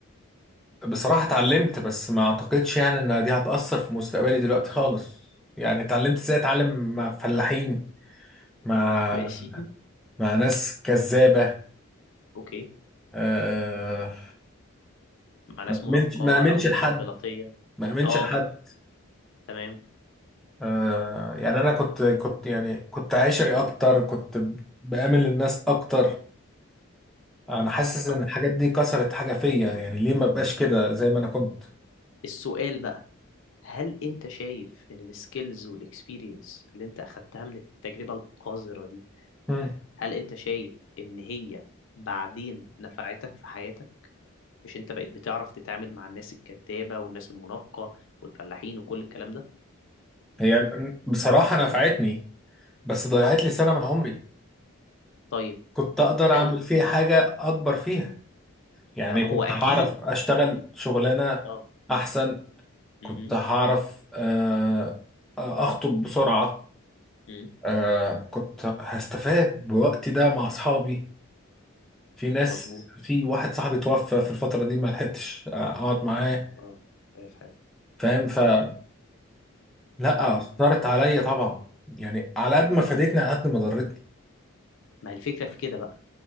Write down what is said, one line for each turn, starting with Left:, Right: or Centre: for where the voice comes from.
Centre: بصراحة اتعلمت بس ما اعتقدش يعني ان دي هتأثر في مستقبلي دلوقتي خالص يعني اتعلمت ازاي اتعلم مع فلاحين مع
Left: <laughs> ماشي
Centre: مع ناس كذابة
Left: اوكي
Centre: آه،
Left: مع ناس
Centre: ما
Left: منافقة
Centre: امنش ما امنش
Left: أو مطبلاتية
Centre: لحد ما امنش
Left: اه
Centre: لحد
Left: تمام
Centre: آه، يعني انا كنت كنت يعني كنت عشري
Left: مم.
Centre: اكتر كنت ب- بآمن الناس اكتر انا حاسس ان
Left: طب
Centre: الحاجات دي كسرت حاجة فيا يعني ليه ما بقاش كده زي ما انا كنت
Left: السؤال بقى هل أنت شايف إن السكيلز والإكسبيرينس اللي أنت أخدتها من التجربة القذرة دي
Centre: مم.
Left: هل أنت شايف إن هي بعدين نفعتك في حياتك؟ مش أنت بقيت بتعرف تتعامل مع الناس الكذابة والناس المنافقة والفلاحين وكل الكلام ده؟
Centre: هي بصراحة نفعتني بس ضيعت لي سنة من عمري
Left: طيب
Centre: كنت اقدر
Left: هل
Centre: اعمل فيها حاجة اكبر فيها يعني
Left: هو
Centre: كنت
Left: أكيد
Centre: هعرف اشتغل شغلانة
Left: اه
Centre: احسن كنت
Left: مهم.
Centre: هعرف آه، اخطب بسرعة
Left: مم.
Centre: آه، كنت هستفاد بوقتي ده مع اصحابي في ناس
Left: مظبوط
Centre: في واحد صاحبي توفى في الفترة دي ما لحقتش آه، اقعد معاه
Left: اه في حياتك
Centre: فاهم فلا
Left: الله يرحمه
Centre: اثرت
Left: اه
Centre: عليا طبعا يعني على قد ما فادتني على قد ما ضرتني
Left: ما هي الفكرة في كده بقى